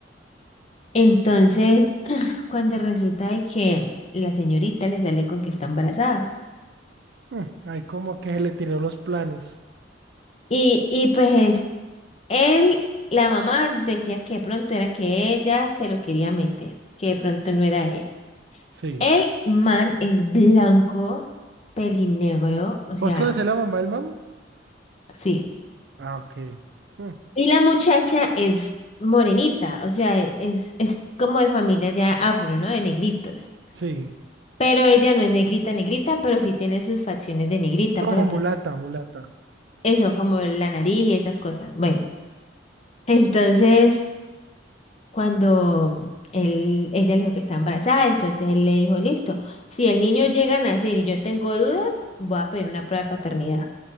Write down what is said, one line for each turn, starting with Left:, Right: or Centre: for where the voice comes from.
Left: Entonces cuando resulta de que la señorita le sale con que está embarazada.
Right: Mm, Ahí como que se le tiró los planes.
Left: Y, y pues él, la mamá decía que de pronto era que ella se lo quería meter, que de pronto no era él.
Right: Sí.
Left: El man es blanco, pelinegro, o sea,
Right: ¿Vos conocés la mamá del man?
Left: sí.
Right: Ah, ok. Mm,
Left: Y la muchacha es morenita, o sea, es, es como de familia ya afro, ¿no? De negritos.
Right: Sí.
Left: Pero ella no es negrita, negrita, pero sí tiene sus facciones de negrita,
Right: Como
Left: por ejemplo.
Right: mulata, mulata.
Left: Eso, como la nariz y esas cosas. Bueno, <laughs> entonces cuando él, ella le dijo que está embarazada, entonces él le dijo, listo, si el niño llega a nacer y yo tengo dudas, voy a pedir una prueba de paternidad.